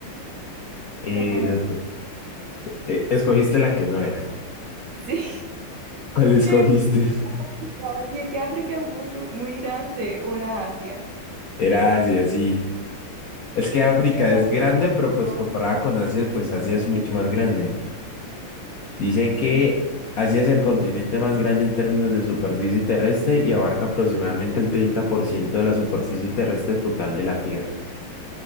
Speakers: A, on the left; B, on the right.
A: Exacto.
B: No puedes. <laughs>
A: eh, escogiste la que no era.
B: Sí,
A: ¿Cuál escogiste?
B: yo iba a África, sí, es que África es mucho, muy grande, o era Asia.
A: Era Asia, sí. Es que África
B: Es que yo estaba
A: es grande, pero
B: en
A: pues comparada
B: África.
A: con Asia, pues Asia es mucho más grande. Dice que
B: Sí,
A: Asia es el continente más grande en términos de superficie terrestre y abarca aproximadamente el 30% de la superficie terrestre total de la Tierra.